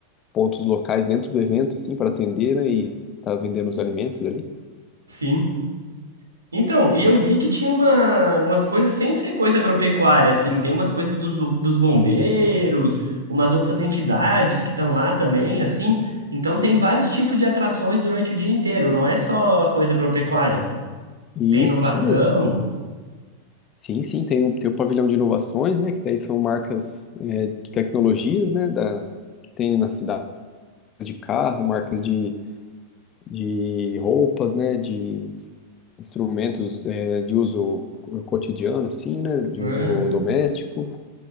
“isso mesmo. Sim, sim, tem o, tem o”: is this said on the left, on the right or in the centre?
Left